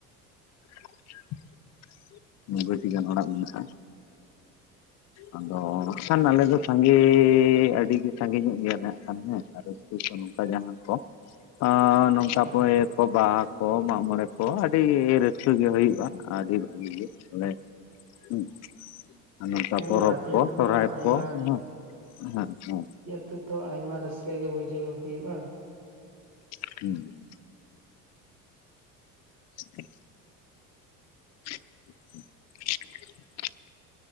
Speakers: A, on the left (about 35°); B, on the right (about 40°).
A: <unintelligible> ᱱᱳᱵᱽᱵᱚᱭᱴᱤ ᱜᱟᱱ ᱚᱲᱟᱜ ᱢᱮᱱᱟᱜᱼᱟ,
B: <unintelligible>
A: ᱟᱫᱚ ᱠᱷᱟᱱ ᱟᱞᱮ ᱫᱚ ᱥᱟᱸᱜᱮᱻ ᱟᱹᱰᱤᱜᱮ ᱥᱟᱸᱜᱮ ᱧᱚᱜ ᱜᱮᱭᱟᱞᱮ ᱦᱟᱸᱜ ᱠᱷᱟᱱ ᱦᱮᱸ, ᱟᱫᱚ ᱥᱩᱥᱥᱟ ᱱᱚᱝᱠᱟ ᱡᱟᱦᱟᱸ ᱠᱚ ᱟᱸᱻ ᱱᱚᱝ, ᱛᱟᱯᱚᱭᱮ
B: ᱦᱮᱸ
A: ᱠᱚ ᱵᱟᱦᱟ ᱠᱚ ᱢᱟᱜ ᱢᱚᱬᱮ ᱠᱚ ᱟᱹᱰᱤ ᱨᱟᱹᱥᱠᱟᱹ ᱜᱮ ᱦᱩᱭᱩᱜᱼᱟ, ᱟᱹᱰᱤ ᱵᱷᱟᱜᱤ ᱜᱮ, ᱟᱞᱮ ᱩᱸ, ᱟᱨ ᱱᱚᱱᱛᱟ
B: ᱦᱮᱸ
A: ᱯᱚᱨᱚᱵᱽ
B: ᱨᱟᱥᱤ
A: ᱠᱚ
B: ᱟᱹᱛᱩ
A: ᱥᱚᱦᱨᱟᱭ
B: ᱫᱚ ᱟᱭᱢᱟ
A: ᱠᱚ ᱦᱩᱸ ᱦᱮᱸ ᱦᱮᱸ,
B: ᱛᱩ ᱛᱚ ᱟᱭᱢᱟ ᱨᱟᱹᱥᱠᱟᱹ ᱜᱮ ᱵᱩᱡᱷᱟᱹᱣ ᱦᱩᱭᱩᱜᱼᱟ,
A: ᱦᱩᱸ <unintelligible> <unintelligible>